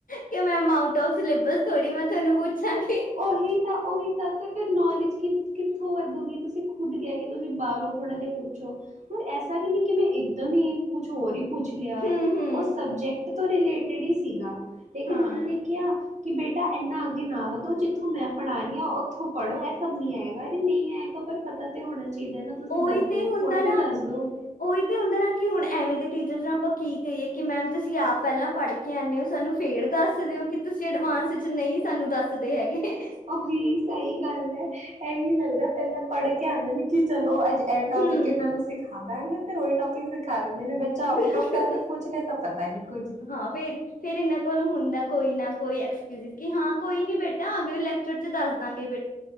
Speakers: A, on the left; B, on the right.
A: ਕਿ ਮੈਮ ਆਊਟ ਓਫ ਸਿਲੇਬਸ ਥੋੜ੍ਹੀ ਮੈਂ ਤੁਹਾਨੂੰ ਪੁੱਛਾਂਗੀ।
B: ਉਹੀ ਤਾਂ ਉਹੀ ਤਾਂ ਕਿ ਫਿਰ ਨੌਲੇਜ ਕਿ ਕਿੱਥੋਂ ਵੱਧੂਗੀ, ਤੁਸੀਂ ਖੁਦ ਕਿਆ ਕਿ ਤੁਸੀਂ ਬਾਹਰੋਂ ਥੋੜ੍ਹਾ ਜਿਹਾ ਪੁੱਛੋ। ਪਰ ਐਸਾ ਵੀ ਨਹੀਂ ਕਿ ਮੈਂ ਇੱਕਦਮ ਹੀ ਕੁਛ ਹੋਰ ਹੀ ਪੁੱਛ ਲਿਆ
A: ਹੂੰ-ਹੂੰ,
B: ਐ, ਉਹ ਸਬਜੈਕਟ ਤੋਂ ਰਿਲੇਟਿਡ ਹੀ ਸੀਗਾ, ਲੇਕਿਨ
A: ਹਾਂ
B: ਉਹਨਾਂ ਨੇ ਕਿਆ ਕਿ ਬੇਟਾ ਐਨਾ ਅੱਗੇ ਨਾ ਵਧੋ, ਜਿੱਥੋਂ ਮੈਂ ਪੜ੍ਹਾ ਰਹੀ ਹਾਂ ਉੱਥੋਂ ਪੜ੍ਹੋ, ਐ ਸਭ ਨੀ ਆਏਗਾ, ਜੇ ਨਹੀਂ ਆਏਗਾ ਪਰ ਪਤਾ ਤਾਂ ਹੋਣਾ ਚਾਹੀਦਾ ਨਾ ਤੁਸੀਂ
A: ਉਹੀ
B: ਦੱਸਦੇ
A: ਤੇ
B: ਨੀ
A: ਹੁੰਦਾ
B: ਥੋੜ੍ਹਾ
A: ਨਾ
B: ਤੇ ਦੱਸਦੋ।
A: ਉਹੀ ਤੇ ਹੁੰਦਾ ਨਾ ਕਿ ਹੁਣ ਐਵੇਂ ਦੇ ਟੀਚਰਜ਼ ਨੂੰ ਆਪਾਂ ਕੀ ਕਹੀਏ ਕਿ ਮੈਮ ਤੁਸੀਂ ਆਪ ਪਹਿਲਾਂ ਪੜ੍ਹ ਪੜ੍ਹ ਕੇ ਆਣੇ ਓ, ਸਾਨੂੰ ਫੇਰ ਦੱਸਦੇ ਓ ਕਿ ਤੁਸੀਂ ਅਡਵਾਂਸ ਚ ਨਹੀਂ ਸਾਨੂੰ ਦੱਸਦੇ ਹੈਗੇ।
B: ਐ ਵੀ ਸਹੀ ਗੱਲ ਐ, ਇਹੀ ਲੱਗਦਾ ਪਹਿਲਾਂ ਪੜ੍ਹ ਕੇ ਆਂਦੇ ਨੇ ਕਿ ਚਲੋ ਅੱਜ ਐ
A: ਹੂੰ,
B: ਟੋਪਿਕ ਇਹਨਾਂ ਨੂੰ ਸਿਖਾਦਾਂਗੇ, ਫਿਰ ਉਹੀ ਟੋਪਿਕ ਸਿਖਾ ਦਿੰਦੇ ਨੇ ਬੱਚਾ ਆਊਟ
A: ਬਿਲਕੁਲ
B: ਔਫ ਟੋਪਿਕ ਪੁੱਛ ਲੈ ਤਾਂ ਪਤਾ ਨਹੀਂ ਕੁਝ।
A: ਹਾਂ, ਫੇਰ ਫੇਰ ਇਹਨਾਂ ਕੋਲ ਹੁੰਦਾ ਕੋਈ ਨਾ ਕੋਈ ਐਕਸਕਿਊਜ ਕਿ ਹਾਂ ਕੋਈ ਨੀ ਬੇ ਬੇਟਾ ਅਗਲੇ ਲੈਕਚਰ ਚ ਦੱਸ ਦਾਂਗੇ ਬੇ